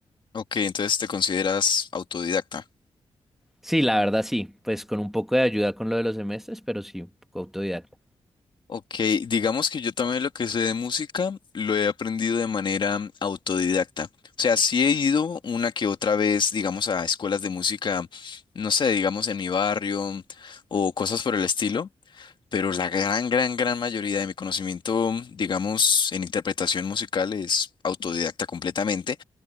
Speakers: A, on the left; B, in the centre.
A: Ok, entonces te consideras autodidacta.
B: Sí, la verdad sí, pues con un poco de ayuda con lo de los semestres, pero sí, un poco autodidacta.
A: Ok, digamos que yo también lo que sé de música lo he aprendido de manera autodidacta. O sea, sí he ido una que otra vez, digamos, a escuelas de música, no sé, digamos en mi barrio o cosas por el estilo, pero la gran, gran, gran mayoría de mi conocimiento, digamos, en interpretación musical es autodidacta completamente.